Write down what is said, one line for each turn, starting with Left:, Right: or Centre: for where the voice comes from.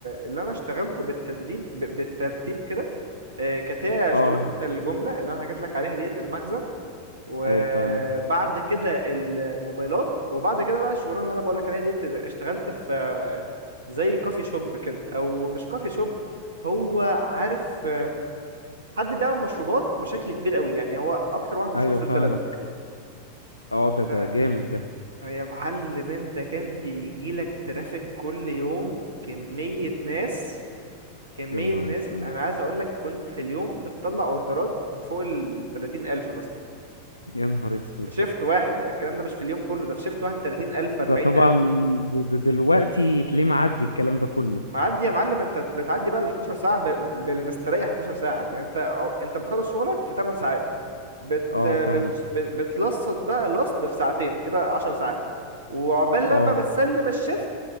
Right: اللي انا اشتغلته بالتدريب ب- بالترتيب كده آه، كانت هي
Left: اه
Right: شغلانة الجملة اللي أنا حكيت لك عليها ديت المخزن وبعد
Left: ايوه فاهمك
Right: كده الموبايلات وبعد كده بقى الشغلانة اللي أنا بقول لك عليها ديت اشتغلت في آه، زي كوفي شوب كده أو مش كوفي شوب هو عارف آه، حد بيعمل مشروبات بشكل كبير قوي يعني هو أكتر واحد مشهور
Left: ايوه
Right: في
Left: فاهمك
Right: البلد
Left: اه ده
Right: ف-
Left: ده جامد ده
Right: يا معلم أنت كان بيجيلك ترافيك كل يوم كمية ناس كمية
Left: يا نهار
Right: ناس
Left: اسود
Right: أنا عايز أقول لك كنت في اليوم بتطلع أوردرات بفوق ال 30 ألف مثلا
Left: يا نهار اسود
Right: في شيفت واحد ده الكلام ده مش في اليوم كله ده في شيفت واحد 30000 40000
Left: ده طبعا د- د- دلوقتي تلاقيه معدي الكلام ده كله
Right: معدي يا معلم انت بتعدي بقى ال 12 ساعه ب- بالمستريح 12 ساعه يعني انت أو- انت بتخلص شغلك في 8 ساعات بت
Left: اه
Right: بت
Left: فاهمك
Right: بت- بتلصت بقى لصت في ساعتين كده 10 ساعات وعقبال
Left: اه
Right: لما بتسلم الشيفت